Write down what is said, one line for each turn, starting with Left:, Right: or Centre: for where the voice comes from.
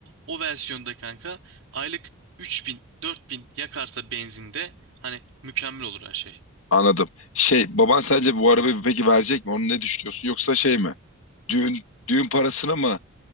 Right: O versiyonda kanka aylık 3000 bin yakarsa benzinde hani mükemmel olur her şey.
Left: Anladım. Şey baban sence bu arabayı peki verecek mi? Onu ne düşünüyorsun? Yoksa şey mi? Düğün düğün parasını mı